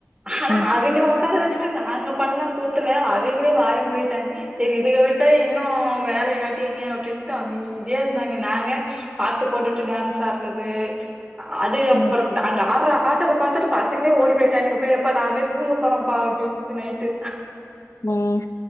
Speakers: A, on the right (about 20°); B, on the left (about 65°).
A: ஹனா
B: ம்
A: அவிங்கல ஒக் உக்கார வச்சிட்டு நாங்க பண்ண கூத்துல அவிங்களே வாய மூடிட்டாங்க செரி இதுக விட்ட இன்னு வேலய காட்டிருங்க அப்டின்ட்டு அமீதியா இர்ந்தாங்க நாங்க பாட்டுப் போடுட்டு டேன்ஸ் ஆட்றது அதுக அப்பறோ
B: ம்
A: தா நாங்க ஆட்றா ஆட்டத பாத்தட்டு பஸ் பசங்களே ஓடி போய்ட்டானுங்க எப்பா எப்பா நா போய் தூங்க போறோம்ப்பா அப்டின்ட்டு நைட்டு
B: உம்